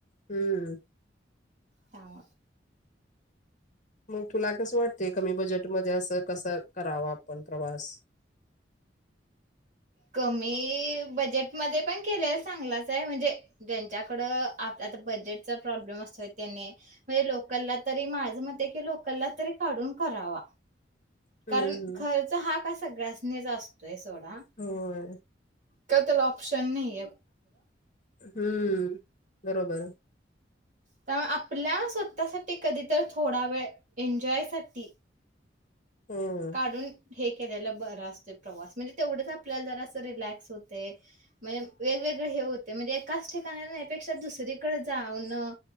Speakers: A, on the left; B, on the right.
A: हम्म.
B: त्याव
A: म तुला कसं वाटतेय कमी बजेट तो म्हणजे असं कसं करावं आपण प्रवास?
B: कमी बजेटमध्ये पण केलेला चांगलाच आहे म्हणजे ज्यांच्याकड आता बजेटचा प्रॉब्लेम असतोय त्यांनी म्हणजे लोकलला तरी माझं मत आहे की लोकलला तरी काढून करावा.
A: हम्म
B: कारण खर्च हा कसा सगळ्यासनी असतोय सोडा
A: होय.
B: काय त्याला ऑप्शन नाही.
A: हम्म बरोबर.
B: त्या आप आपला स्वतःसाठी कधी तर थोडा वेळ एन्जॉयसाठी
A: हम्म.
B: काढून हे केलेला बरं असतय प्रवास म्हणजे तेवढंच आपल्याला जरा असं रिलॅक्स होतय, म्हयम वेगवेगळे हे होते म्हणजे एकाच ठिकाणापेक्षा न्या दुसरीकडे जाणं